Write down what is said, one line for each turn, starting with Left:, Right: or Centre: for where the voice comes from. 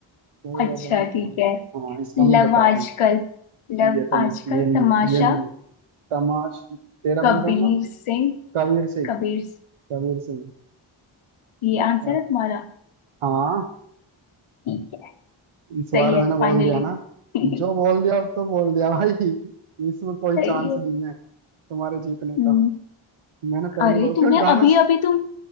Right: पूरा
Left: अच्छा
Right: बन
Left: ठीक
Right: जाऊं
Left: है
Right: हाँ इसका मैं
Left: लव
Right: बता
Left: आजकल
Right: दूं
Left: लव
Right: ये तो
Left: आजकल
Right: ये नहीं
Left: तमाशा
Right: है ये नहीं है तमाश तेरा
Left: कबीर
Right: बन जाऊंगा
Left: सिंह
Right: कबीर सिंह
Left: कबीर सिंह।
Right: कबीर सिंह
Left: ये आंसर
Right: का
Left: है तुम्हारा
Right: हाँ
Left: ठीक है
Right: इस बार
Left: सही है
Right: मैंने बोल
Left: फाइनली
Right: दिया ना
Left: <laughs> सही
Right: जो बोल दिया अब तो बोल दिया भाई इसमें कोई
Left: है
Right: चांस नहीं है तुम्हारे जीतने का
Left: हम्म
Right: मैंने पहली
Left: अरे
Right: बार क्यों
Left: तुमने
Right: गाना
Left: अभी अभी तुम